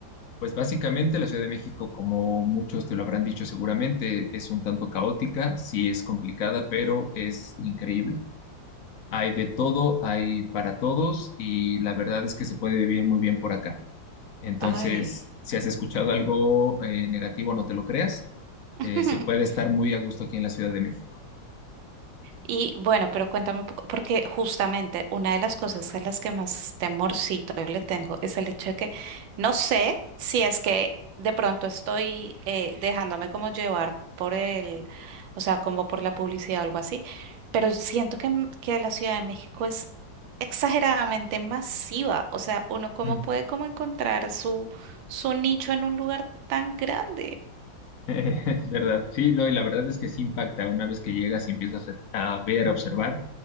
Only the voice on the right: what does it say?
Ay.
<laughs>
Y bueno, pero cuéntame un poco, porque justamente una de las cosas a las que más temorcito le tengo es el hecho de que no sé si es que de pronto estoy eh, dejándome como llevar por el, o sea, como por la publicidad o algo así, pero siento que, m- que la Ciudad de México es exageradamente masiva, o sea, uno cómo
puede
como encontrar su, su nicho en un lugar tan grande.